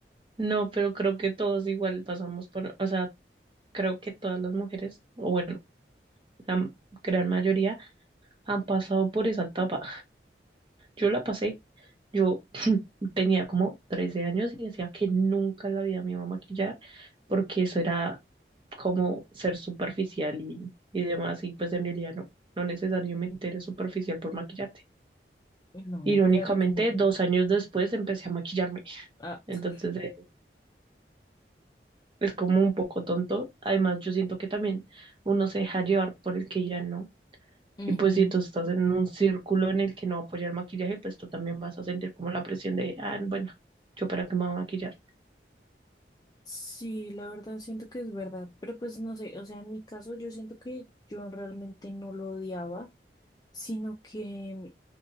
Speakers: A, on the right; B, on the left.
A: No, pero creo que todos igual pasamos por, o sea, creo que todas las mujeres, o bueno, la gran mayoría han pasado por esa etapa. Yo la pasé, yo <laughs> tenía como 13 años y decía que nunca en la vida me iba a maquillar porque eso era como ser superficial y, y demás y pues en realidad no, no necesariamente eres superficial por maquillarte.
B: No,
A: Irónicamente,
B: claro que no.
A: dos años después empecé a maquillarme,
B: Ah,
A: entonces
B: <laughs>
A: eh, es como un poco tonto. Además, yo siento que también uno se deja llevar por el que dirán, ¿no?
B: ujú.
A: Y pues si tú estás en un círculo en el que no va a apoyar el maquillaje, pues tú también vas a sentir como la presión de, ah, bueno, yo para qué me voy a maquillar.
B: Sí, la verdad siento que es verdad, pero pues no sé, o sea, en mi caso yo siento que yo realmente no lo odiaba. sino que